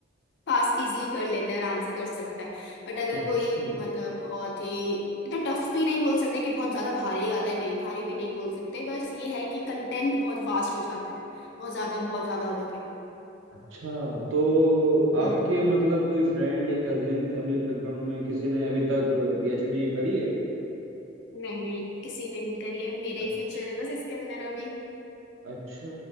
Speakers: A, on the left; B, on the right.
A: पास इजली कर लेता है आराम से कर सकता है बट अगर
B: अच्छा
A: कोई मतलब बहुत ही इतना टफ भी नहीं बोल सकते कि बहुत ज्यादा भारी आता है नहीं भारी भी नहीं बोल सकते बस ये है कि कंटेंट बहुत वास्ट हो जाता है बहुत ज्यादा बहुत ज्यादा हो जाता है
B: अच्छा तो आपके
A: हम्म
B: मतलब कोई फ्रेंड या कजिन फैमिली बैकग्राउंड में किसी ने अभी तक पीएचडी करी है
A: नहीं नहीं किसी ने नहीं करी है मेरा
B: अच्छा
A: ही फ्यूचर है बस इसके अंदर अभी
B: अच्छा